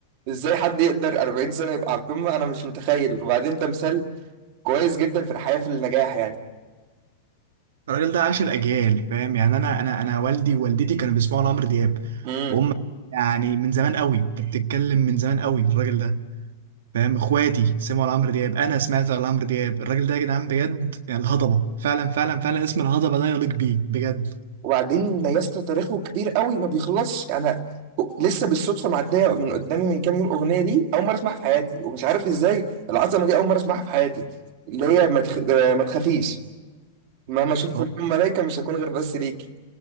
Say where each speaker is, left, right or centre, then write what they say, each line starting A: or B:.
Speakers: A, on the right (about 45°); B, on the right (about 75°).
A: ازاي حد يقدر 40 سنه يبقى على القمه انا مش متخيل وبعدين ده مثال كويس جدا في الحياه في النجاح
B: الراجل ده عاشر اجيال فاهم يعني انا انا انا والدي ووالدتي كانوا بيسمعوا لعمرو دياب
A: يعني
B: وهم يعني من زمان قوي انت بتتكلم من زمان قوي الراجل ده فاهم اخواتي سمعوا لعمرو دياب انا سمعت لعمرو دياب الراجل ده يا جدعان بجد يعني الهضبه فعلا فعلا فعلا اسم الهضبه ده يليق بيه بجد
A: وبعدين ما يسطا تاريخه كبير قوي ما بيخلصش انا لسه بالصدفه معديه من قدامي من كام يوم اغنيه دي اول مره اسمعها في حياتي ومش عارف ازاي العظمه دي اول مره اسمعها في حياتي اللي هي ما, تخ... آه، ما تخافيش مهما اشوف
B: هو-
A: الكون ملايكه مش هكون غير بس ليكي